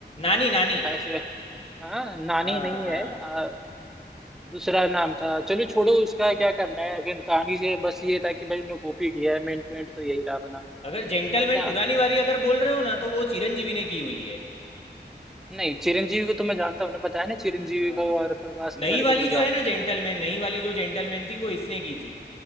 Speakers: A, on the left; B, in the centre.
A: नानी नानी
B: ऐसे हाँ नानी
A: हाँ
B: नहीं
A: हाँ
B: है आ, दूसरा नाम था चलो छोड़ो उसका क्या करना है लेकिन कहानी से बस ये था कि भाई उन्होंने कॉपी किया है मेन पॉइंट तो यही था अपना
A: अगर जेंटलमैन
B: है ना
A: पुरानी वाली अगर बोल रहे हो ना तो वो चिरंजीवी ने की हुई है
B: नहीं चिरंजीवी को तो मैं जानता हूँ ना बताया ना चिरंजीवी
A: हाँ
B: को
A: हाँ।
B: और प्रभास वगैरह
A: नई वाली
B: को तो
A: जो
B: जानता
A: है ना जेंटलमैन
B: हूँ
A: नई वाली जो जेंटलमैन थी वो इसने की थी